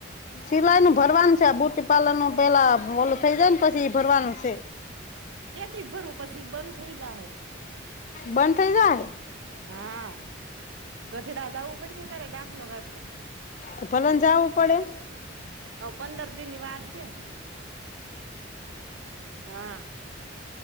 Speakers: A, on the left; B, on the right.
A: સિલાઈ નું ભરવાનું છે, આ બુટી પાર્લર નું પેલા ઓલું થઇ જાય ને પછી ઈ ભરવાનું છે.
B: કેડી ભરવુ પસી બંધ થઇ જાહે
A: બંધ થઇ જાહે?
B: હા ગઢડા જાવું પડશે તારે ડાખલો કાઢવા
A: તો ભલેન જાવુ પડે
B: હવ પંદર દિ ની વાર છે, ા